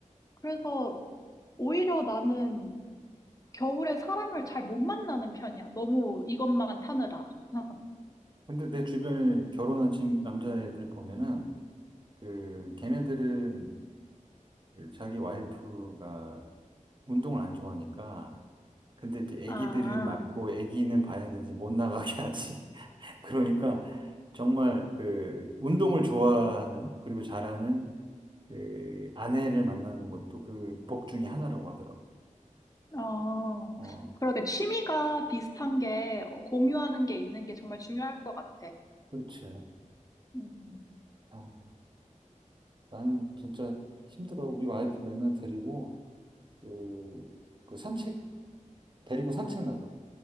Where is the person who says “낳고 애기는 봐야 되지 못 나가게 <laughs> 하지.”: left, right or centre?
Right